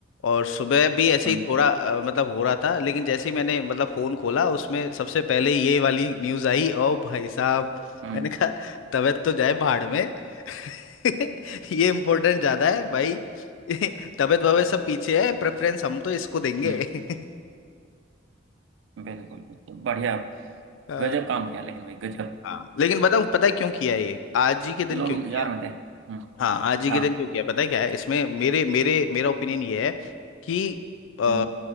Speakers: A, on the left (about 80°); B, on the right (about 70°).
A: और सुबह भी ऐसे
B: हम्म
A: ही थोड़ा अ, मतलब हो रहा था लेकिन जैसे ही मैंने मतलब फ़ोन खोला उसमें सबसे पहले ये वाली न्यूज़ आई ओ भाई साहब
B: हम्म
A: मैंने कहा तबीयत तो जाए भाड़ में <laughs> ये इम्पोर्टेंट ज़्यादा है भाई <laughs> तबीयत वबीयत सब पीछे है प्रेफरेंस हम तो इसको देंगे
B: हम्म,
A: <laughs>
B: बिल्कुल बिल्कुल बढ़िया
A: अ,
B: गजब काम किया लेकिन भाई गजब
A: हाँ लेकिन बताऊँ पता है क्यों किया ये आज ही के दिन
B: लोग
A: क्यों
B: इंतजार
A: किया
B: में थे हम्म
A: हाँ आज ही
B: हाँ
A: के दिन क्यों किया पता है क्या है इसमें मेरे मेरे मेरा ओपिनियन ये है कि आ,
B: हम्म